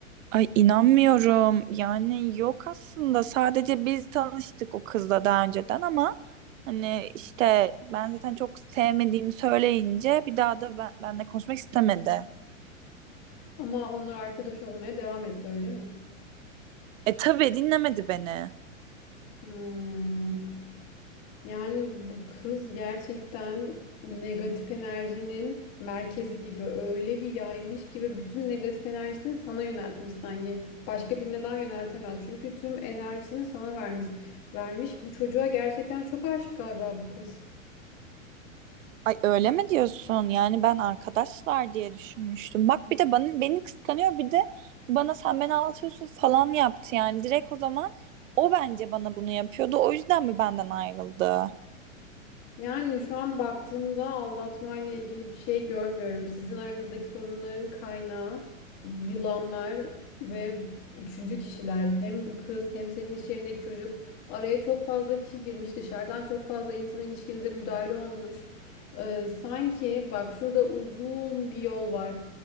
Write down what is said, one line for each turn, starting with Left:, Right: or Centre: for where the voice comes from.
Right: Ay inanmıyorum. Yani yok aslında. Sadece biz tanıştık o kızla daha önceden ama hani işte ben zaten çok sevmediğimi söyleyince bir daha da ben, benle konuşmak istemedi.
Left: Ama onlar arkadaş olmaya devam etti öyle mi?
Right: E tabii dinlemedi beni.
Left: Hmm. Yani bu kız gerçekten negatif enerjinin merkezi gibi öyle bir yaymış ki ve bütün negatif enerjisini sana yöneltmiş sanki. Başka birine daha yöneltemez. Çünkü tüm enerjisini sana vermiş. Vermiş. Bu çocuğa gerçekten çok aşık galiba bu kız.
Right: Ay öyle mi diyorsun? Yani ben arkadaşlar diye düşünmüştüm. Bak bir de bana, beni kıskanıyor bir de bana sen beni aldatıyorsun falan yaptı. Yani direkt o zaman o bence bana bunu yapıyordu. O yüzden mi benden ayrıldı?
Left: Yani şu an baktığımda aldatmayla ilgili bir şey görmüyorum. Sizin aranızdaki sorunların kaynağı yılanlar ve üçüncü kişiler. Hem bu kız hem senin iş yerindeki çocuk. Araya çok fazla kişi girmiş. Dışarıdan çok fazla insan ilişkinize müdahale olmuş. Ee, sanki bak şurada uzun bir yol var.